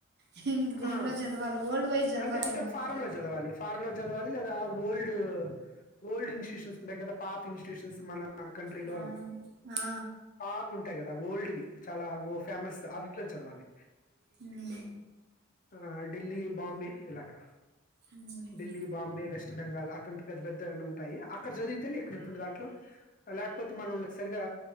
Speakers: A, on the right; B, on the left.
A: అహ్ ఇంక దేంట్లో
B: ఆ!
A: చదవాలి వఓల్డ్ వైజ్ చదవాలేమో
B: అంటే అంటే ఫారెన్‌లో
A: అయితే
B: చదవాలి. ఫారెన్‌లో చదవాలి ఓల్డ్, ఓల్డ్ ఇన్ ూన్స్ ఉంటాయి కదా పాత ఇన్స్టిట్యూషన్స్ మన కంట్రీలో
A: ఆ ఆ
B: పాత ఉంటాయి కదా ఓల్డ్ ది చాలా ఫేమస్ అవిట్లో చదవాలి
A: హమ్
B: అహ్ ఢిల్లీ బాంబే ఇలాగా
A: ఉమ్,
B: ఢిల్లీ, బాంబే, వెస్ట్ బెంగాల్ అటువంటి పెద్ద పెద్ద ఉంటాయి అక్కడ చదివితేనే ఇక్కడంటి దాంట్లో లేకపోతే మనల్ని సరిగా